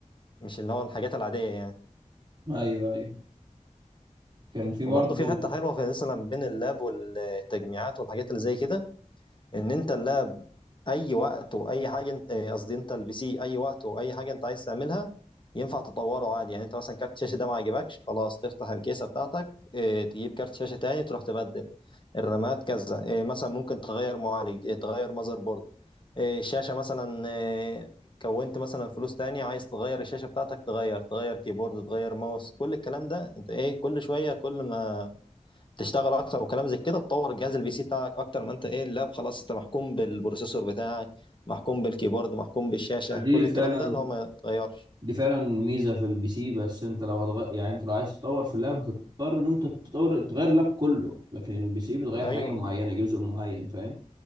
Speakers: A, on the left; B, on the right.
A: مش اللي هو الحاجات العادية يعني
B: ايوه ايوه كان في برضه
A: وبرضه في حتة حلوة في مثلا بين اللاب والتجميعات والحاجات اللي زي كده ان انت اللاب اي وقت واي حاجه انت آه، قصدي انت البي سي اي وقت واي حاجه انت عايز تعملها ينفع تطوره عادي يعني انت مثلا كارت الشاشه ده ما عجبكش خلاص تفتح الكيسه بتاعتك آه، تجيب كارت شاشه تاني تروح تبدل الرامات كذا آه، مثلا ممكن تغير معالج آه، تغير ماذر بورد آه، الشاشه مثلا آه، كونت مثلا فلوس تاني عايز تغير الشاشه بتاعتك تغير تغير كيبورد تغير ماوس كل الكلام ده انت ايه كل شويه كل ما تشتغل اكتر وكلام زي كده تطور جهاز البي سي بتاعك اكتر ما انت ايه اللاب خلاص انت محكوم بالبروسيسور بتاعك محكوم بالكيبورد محكوم بالشاشه
B: دي
A: كل الكلام
B: فعلا
A: ده اللي هو ما يتغيرش
B: دي فعلا ميزه في البي سي بس انت لو هتغير يعني انت لو عايز تطور في اللاب هتضطر ان انت تطور تغير اللاب كله لكن البي سي بتغير
A: ايوه
B: حاجه معينه جزء معين فاهم